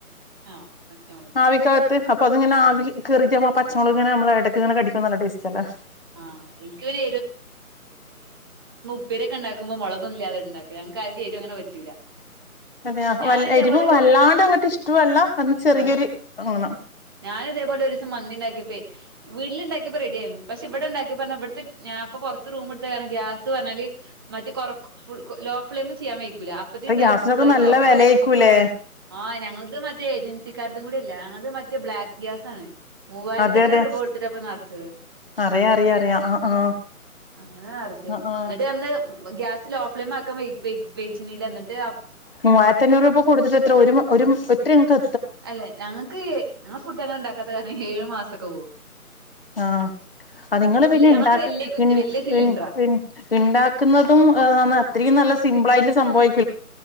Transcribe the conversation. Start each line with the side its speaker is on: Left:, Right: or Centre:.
Right: ആ പച്ചമുളക്
Left: ആവിക്കകത്ത് അപ്പൊ അതിങ്ങനെ ആവി കേറീട്ട് ആ പച്ചമുളക്ങ്ങനെ നമ്മള് ഇടക്ക്ങ്ങനെ കടിക്കുന്നത് നല്ല ടേസ്റ്റ് അല്ലെ
Right: ആഹ് ഇക്ക് പിന്നെ ഉപ്പേരിഒക്കെണ്ടാക്കുമ്പോ മുളക് ഇല്ലാതെണ്ടാക്കലാ ഞങ്ങക്ക് ആർക്കും യരു അങ്ങനെ പറ്റൂല
Left: അതെ
Right: ഞാന്
Left: വ
Right: ഇതേപോലെ
Left: എരിവ് വല്ലാണ്ട് അങ്ങട്ട് ഇഷ്ട്ടുഅല്ല എന്നാ ചെറിയൊരു
Right: ആഹ്
Left: എ വേ
Right: ഞാന് ഇതേപോലെ ഒരു ദിവസം മന്തി ഉണ്ടാക്കിയപ്പെ വീട്ടിലുണ്ടാക്കി റെഡിയായി പക്ഷെ ഇവിടെ ഉണ്ടാക്കി പറഞ്ഞ ഇവിടുത്തെ ഞാൻ ഇപ്പ പുറത്ത് റൂം എടുത്താ കാരണം ഗ്യാസ് പറഞ്ഞാല് മറ്റെ കൊറ ഫുൾ ലോ ഫ്ലെയിമ് ചെയ്യാൻ വെയ് അപ്പത്തിനു
Left: ഇപ്പൊ
Right: ഗ്യാസ്
Left: ഗ്യാസിനൊക്കെ
Right: ഫുൾ ആയിട്ട്
Left: നല്ല
Right: ഓഫാകും
Left: വെലയേക്കൂലേ
Right: ആ ഞങ്ങള്ത് ഇജ്ജ് ഏജൻസിക്കാർഡും കൂടി അല്ല ഞങ്ങൾത് മറ്റ ബ്ലാക് ഗ്യാസ് ആണ് മൂവായിരത്തിണ്ണൂറ്
Left: അതെ അതെ
Right: രൂപ കൊടുത്തിട്ടപ്പൊ നിറച്ചത്
Left: അറിയാ അറിയാ അറിയാ ആ ആ
Right: അങ്ങനെ നിറച്ച്
Left: ആ ആ
Right: എന്നിട്ട് അന്ന് ഗ്യാസിൽ ലോഫ്ലെയിം ആക്കാ വെയ്ചീ ന്നീല്ല എന്നിട്ട്
Left: മൂവായിരത്തിഅഞ്ഞുറ് രൂപ കൊടു എത്ര ഒരു ഒരു ഒത്തിരി ങ്ങക്ക്
Right: അല്ല ഞങ്ങക്ക് ഞങ്ങൾ ഫുഡ്ങ്ങനെ ണ്ടാക്കാത്ത കാരണം ഏഴു മാസം കൗ
Left: ആഹ് അ നിങ്ങൾ പിന്നെ
Right: ഞങ്ങളത്
Left: ഇണ്ടാക്കന്നഇൺ
Right: വല്യ കുറ്റി
Left: ഇ
Right: വല്യ സിലിണ്ടറാ
Left: ൺ ഇ ൺ ഇണ്ടാക്കുന്നതും ഇത്രയും നല്ല സിമ്പിളായിട്ട് സംഭവിക്ക